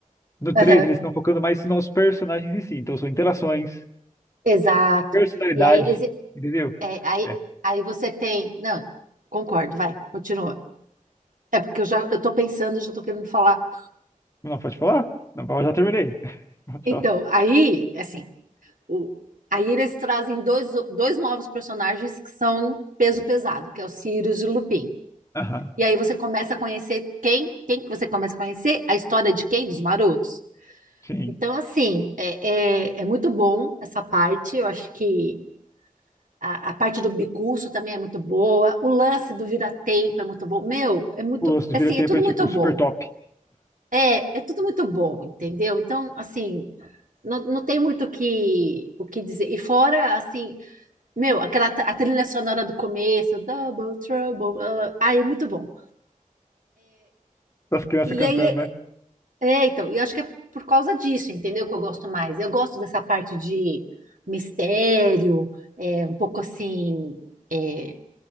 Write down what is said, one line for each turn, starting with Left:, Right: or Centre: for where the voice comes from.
Left: No três
Right: Aham,
Left: eles estão focando mais nos personagens em si. Então, são interações,
Right: exato.
Left: personalidade,
Right: E aí eles
Left: entendeu?
Right: É, aí,
Left: É.
Right: aí você tem. Não, concordo, vai, continua. É porque eu já eu tô pensando, já tô querendo falar.
Left: Não, pode falar? Não, eu já terminei. <laughs> Pode
Right: Então,
Left: falar.
Right: aí, assim, o, aí eles trazem dois, dois novos personagens que são peso pesado, que é o Sirius e o Lupin.
Left: Aham.
Right: E aí você começa a conhecer quem, quem que você começa a conhecer? A história de quem? Dos marotos.
Left: Sim.
Right: Então, assim, é, é, é muito bom essa parte. Eu acho que A, a parte do bicurso também é muito boa. O lance do vira-tempo é muito bom. Meu, é muito,
Left: O lance do
Right: assim,
Left: vira-tempo
Right: é tudo
Left: é, tipo,
Right: muito bom.
Left: super top.
Right: É, é tudo muito bom, entendeu? Então, assim, não, não tem muito o que, o que dizer. E fora, assim, meu, aquela t- a trilha sonora do começo, Double Trouble, ah, ah, é muito bom.
Left: Das crianças
Right: E
Left: cantando,
Right: aí,
Left: né?
Right: é, então, eu acho que é por causa disso, entendeu? Que eu gosto mais. Eu gosto dessa parte de mistério, é, um pouco assim, é,